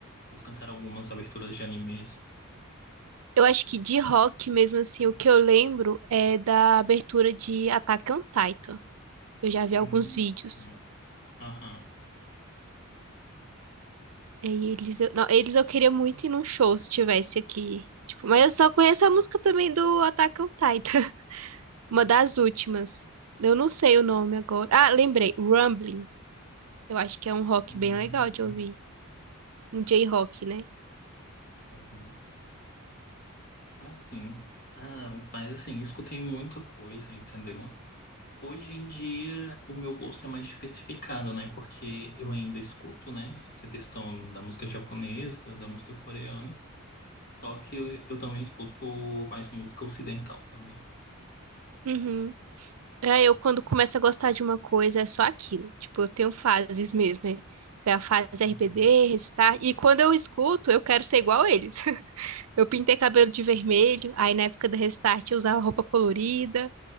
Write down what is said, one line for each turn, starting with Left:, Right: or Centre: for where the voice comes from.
Left: Eles cantaram algumas aberturas de animes.
Right: Eu acho que de rock mesmo assim, o que eu lembro é da abertura de Attack on Titan. Eu já vi
Left: Hum,
Right: alguns vídeos.
Left: hum, aham.
Right: E eles eu... Não, eles eu queria muito ir num show se tivesse aqui. Tipo, mas eu só conheço a música também do Attack on Titan. <laughs> Uma das últimas. Eu não sei o nome agora. Ah, lembrei. Rumbling. Eu acho que é um rock
Left: hum,
Right: bem legal de ouvir. Um J-rock, né?
Left: aham. Assim. Ah, mas assim, escutei muita coisa, entendeu? Hoje em dia, o meu gosto é mais diversificado, né? Porque eu ainda escuto, né? Essa questão da música japonesa, da música coreana. Só que eu, eu também escuto mais música ocidental também.
Right: Uhum. É, eu quando começo a gostar de uma coisa é só aquilo. Tipo, eu tenho fases mesmo, né? Foi a fase
Left: Uhum.
Right: RBD, Restart. E quando eu escuto, eu quero ser igual a eles. <laughs> Eu pintei cabelo de vermelho, aí na época do Restart eu usava roupa colorida.